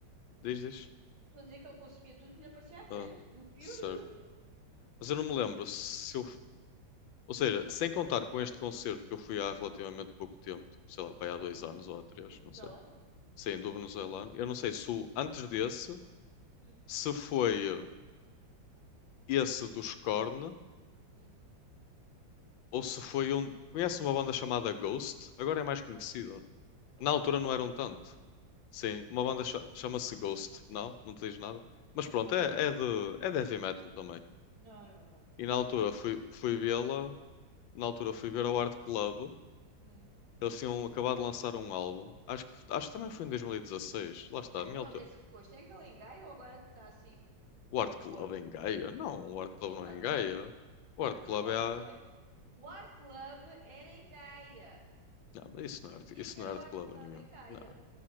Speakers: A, on the left; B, on the right.
A: Diz, diz.
B: Estou a dizer que ele consumia tudo que lhe aparecia à
A: Ah,
B: frente. Do piorio.
A: certo. Mas eu não me lembro se eu. f- Ou seja, sem contar com este concerto que eu fui há relativamente pouco tempo, tipo, sei lá, para aí há dois anos ou há três,
B: O venezuelano.
A: não sei. Sim, do venezuelano. Eu não sei se o, antes desse,
B: Hum,
A: se foi eh, esse dos Korn.
B: hum.
A: Ou se foi um. Conhece uma banda chamada Ghost? Agora é mais conhecida.
B: Ghost?
A: Na altura não eram tanto. Sim, uma
B: Não.
A: banda cha- chama-se Ghost. Não, não te diz nada.
B: hum,
A: Mas
B: Não.
A: pronto, é, é de, é de heavy metal também.
B: Não, não, não, não.
A: E na altura
B: Já não
A: fui,
B: ouço isso.
A: fui vê-la. Na altura fui ver ao Art Club.
B: Hum,
A: Eles tinham acabado de lançar um álbum. Acho que,
B: hum.
A: acho que também foi em dois mil e dezasseis Lá está,
B: Que art
A: a minha
B: club
A: altura.
B: é esse que foste? É aquele em Gaia ou agora que está assim
A: O Art
B: no
A: Club
B: Porto?
A: é em Gaia? Não, o Art Club
B: Sim,
A: não
B: o
A: é
B: art
A: em Gaia.
B: club.
A: O Art
B: Havia
A: Club
B: o
A: é
B: art
A: a.
B: club. em- O art club era em Gaia.
A: Não, mas isso não é, art-
B: Esse
A: isso
B: era
A: não é Art
B: o art
A: Club
B: club
A: nenhum.
B: em Gaia.
A: Não,